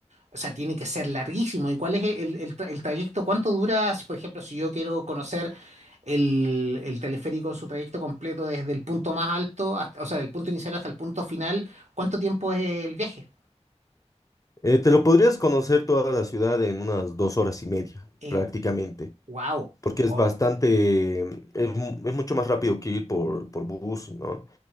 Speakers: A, on the right; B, on the left.
A: o sea, tiene que ser larguísimo. ¿Y cuál es el, el tra- el trayecto? ¿Cuánto dura, si, por ejemplo, si yo quiero conocer el, el teleférico en su trayecto completo desde el punto más alto, hasta- o sea, del punto inicial hasta el punto final? ¿Cuánto tiempo es el viaje?
B: Eh, te lo podrías conocer toda la ciudad en unas dos horas y media,
A: Eh,
B: prácticamente.
A: wow.
B: Porque
A: Oh,
B: es bastante, es, mu- es mucho más rápido que ir por, por bus, ¿no?